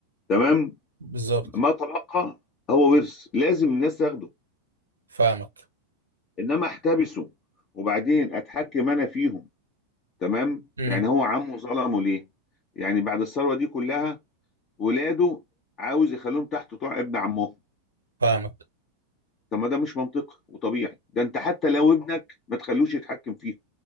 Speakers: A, on the left; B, on the right.
A: تمام
B: بالظبط
A: ما تلقى هو ورث لازم الناس تاخده
B: فاهمك
A: انما احتبسه وبعدين اتحكم انا فيهم تمام
B: امم
A: يعني هو عمه ظلمه ليه يعني بعد الثروه دي كلها ولاده عاوز يخليهم تحت طاع ابن عمهم
B: فاهمك
A: طب ما ده مش منطقي وطبيعي ده انت حتى لو ابنك ما تخلوش يتحكم فيه